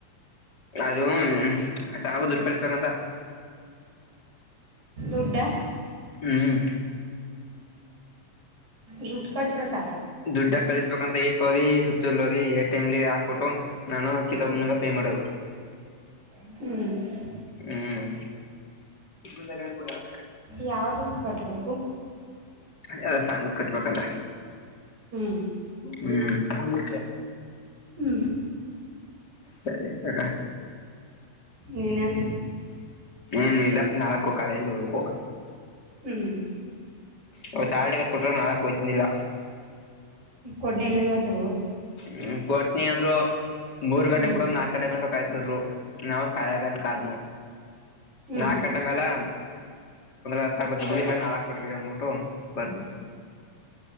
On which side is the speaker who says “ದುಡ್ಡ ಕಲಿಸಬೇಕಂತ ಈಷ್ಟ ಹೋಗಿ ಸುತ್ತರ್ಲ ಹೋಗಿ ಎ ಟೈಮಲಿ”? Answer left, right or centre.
Left